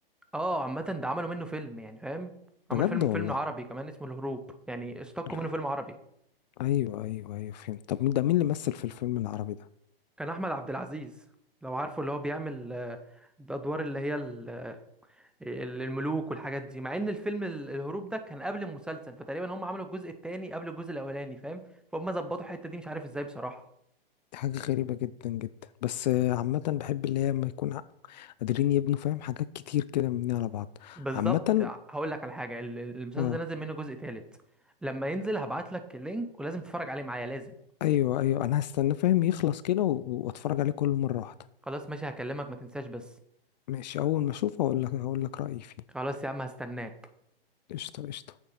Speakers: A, in the centre; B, on the left.
A: اه عامة ده عملوا منه فيلم يعني فاهم عملوا
B: بجد
A: فيلم
B: والله
A: فيلم عربي كمان اسمه الهروب يعني استقوا
B: لا.
A: منه فيلم عربي
B: ايوه ايوه ايوه فهمت طب مين ده مين اللي مثل في الفيلم العربي ده
A: كان احمد عبد العزيز لو عارفه اللي هو بيعمل آه، الادوار اللي هي ال- ال- الملوك والحاجات دي مع ان الفيلم ال- الهروب ده كان قبل المسلسل فتقريبا هم عملوا الجزء الثاني قبل الجزء الاولاني فاهم فهم ظبطوا الحتة دي مش عارف ازاي بصراحة
B: دي حاجة غريبة جدا جدا بس آه، عامة بحب اللي هي لما يكون ع- قادرين يبنوا فاهم حاجات كتير كده مبنية على بعض
A: بالظبط
B: عامة
A: هقول لك على حاجة ال- ال- المسلسل
B: اه
A: ده نازل منه جزء ثالث لما ينزل هبعت لك اللينك ولازم تتفرج عليه معايا لازم
B: ايوه ايوه انا هستنى فاهم يخلص كده و- واتفرج عليه كل مره واحده
A: خلاص ماشي هكلمك ما تنساش بس
B: ماشي اول ما اشوفه هقول لك هقول لك رايي فيه
A: خلاص يا عم هستناك
B: قشطه قشطه